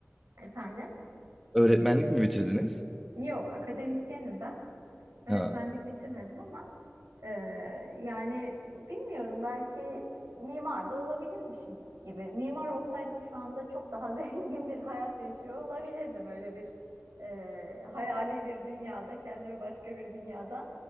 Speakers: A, on the right; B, in the centre.
A: Efendim?
B: Öğretmenlik mi bitirdiniz?
A: Yok, akademisyenim ben. Öğretmenlik
B: Ha,
A: bitirmedim ama e, yani bilmiyorum belki mimar da olabilirmişim gibi. Mimar olsaydım şu anda çok daha <laughs> zengin bir hayat yaşıyor olabilirdim. Öyle bir e, hayali bir dünyada kendimi başka bir dünyada